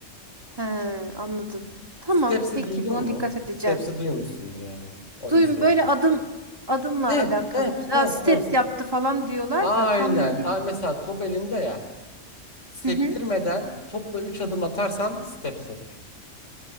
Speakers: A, on the right; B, on the left.
A: He, anladım. Tamam,
B: Steps'i
A: peki
B: duydun
A: buna
B: mu?
A: dikkat edeceğim.
B: Steps'i duymuşsundur yani. O
A: Duyun
B: izliyorsa.
A: böyle adım adımla
B: He
A: alakalı
B: he
A: bir şey.
B: he
A: Daha steps
B: he.
A: yaptı falan diyorlar
B: Aynen.
A: da tam ne bilmiyorum.
B: Aa, mesela top elinde ya. Sektirmeden
A: Hı hı.
B: topla 3 adım atarsan steps olur.